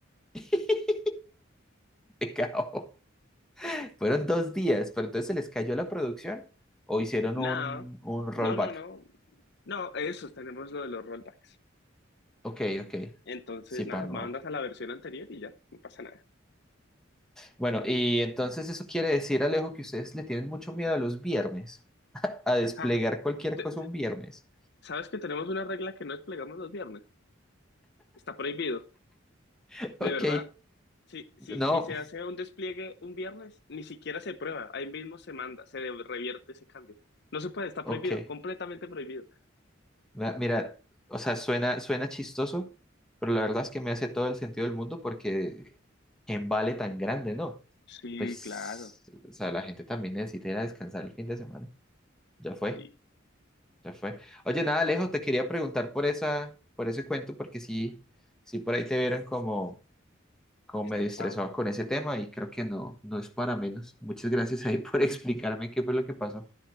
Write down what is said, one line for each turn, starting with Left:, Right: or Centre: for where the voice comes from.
Centre: <laughs> Pecado. Fueron dos días, pero entonces se les cayó la producción o hicieron
Left: Nada,
Centre: un, un rollback.
Left: no, no, no, no, eso, tenemos lo de los rollbacks.
Centre: Ok, ok.
Left: Entonces,
Centre: Sí,
Left: nada,
Centre: pa, no.
Left: mandas a la versión anterior y ya, no pasa nada.
Centre: Bueno, y entonces eso quiere decir, Alejo, que ustedes le tienen mucho miedo a los viernes. a desplegar
Left: Ah,
Centre: cualquier
Left: te-
Centre: cosa un viernes.
Left: ¿sabes que tenemos una regla que no desplegamos los viernes? Está prohibido,
Centre: <laughs>
Left: de
Centre: Ok,
Left: verdad. Si, si,
Centre: no,
Left: si se hace un despliegue un viernes, ni siquiera se prueba, ahí mismo se manda, se revierte ese cambio. No se puede, está
Centre: ok.
Left: prohibido, completamente prohibido.
Centre: Ma- Mira, o sea, suena, suena chistoso, pero la verdad es que me hace todo el sentido del mundo porque en vale tan grande, ¿no?
Left: Sí,
Centre: Pues,
Left: claro,
Centre: o sea, la gente también necesita ir a descansar el fin de semana. Ya fue,
Left: sí,
Centre: ya fue. Oye, nada, Alejo, te quería preguntar por esa, por ese cuento porque sí, sí por ahí te vieron como, como
Left: estresado.
Centre: medio estresado con ese tema y creo que no, no es para menos. Muchas gracias ahí por <laughs> explicarme qué fue lo que pasó.